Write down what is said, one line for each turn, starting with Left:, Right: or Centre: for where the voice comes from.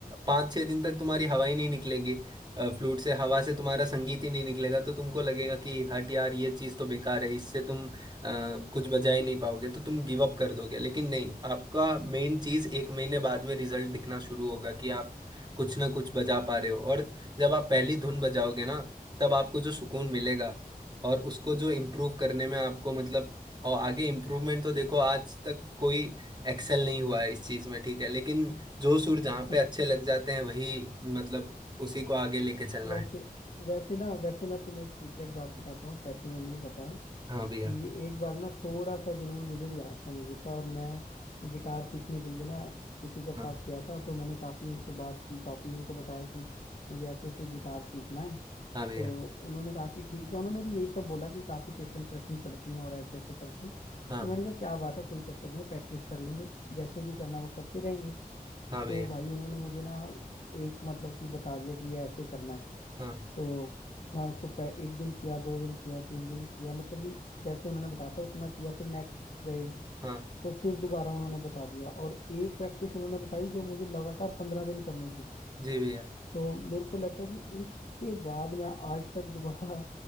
Right: पाँच छः दिन तक तुम्हारी हवा ही नहीं निकलेगी फ्लूट से हवा से तुम्हारा संगीत ही नहीं निकलेगा तो तुमको लगेगा कि हट यार ये चीज़ तो बेकार है इससे तुम अ, कुछ बजा ही नहीं पाओगे तो तुम गिव अप कर दोगे लेकिन नहीं आपका मेन चीज़ एक महीने बाद में रिजल्ट दिखना शुरू होगा कि आप कुछ ना कुछ बजा पा रहे हो और जब आप पहली धुन बजाओगे ना तब आपको जो सुकून मिलेगा और उसको जो इम्प्रूव करने में आपको मतलब और आगे इम्प्रूवमेंट तो देखो आज तक कोई एक्सेल नहीं हुआ है इस चीज में ठीक है लेकिन जो सुर जहाँ
Left: <laughs>
Right: पे अच्छे लग जाते हैं वही मतलब उसी को आगे लेके चलना
Left: वैसे
Right: है
Left: वैसे ना वैसे मैं तुम्हें एक सीक्रेट बात बताता हूँ शायद तुम्हें नहीं पता है
Right: हाँ
Left: कि
Right: भैया
Left: एक बार ना थोड़ा सा जुनून मुझे भी आया था म्यूजिक का और मैं गिटार सीखने के लिए ना किसी के
Right: हाँ
Left: पास गया था तो मैंने काफ़ी उनसे बात की काफ़ी उनको बताया कि मुझे ऐसे ऐसे गिटार सीखना है
Right: हाँ भैया
Left: तो उन्होंने कहा कि ठीक है उन्होंने भी यही सब बोला कि काफ़ी पेशेंस रखनी पड़ती है और ऐसे ऐसे करके तो
Right: हाँ
Left: मैंने कहा क्या बात है कोई चक्कर नहीं है प्रैक्टिस कर लेंगे जैसे भी करना वो करते रहेंगे
Right: हाँ भैया
Left: तो भाई उन्होंने मुझे ना एक मतलब कि बता दिया कि ये ऐसे करना है
Right: हाँ
Left: तो मैं उसको पह- एक दिन किया दो दिन किया तीन दिन किया मतलब कि जैसे उन्होंने बताया था उतना किया फिर नेक्स्ट गए
Right: हाँ
Left: तो फिर दोबारा उन्होंने बता दिया और एक प्रैक्टिस उन्होंने बताई जो मुझे लगातार पंद्रह दिन करनी थी
Right: जी भैया
Left: तो मेरे को लगता है कि उसके बाद मैं आज तक दोबारा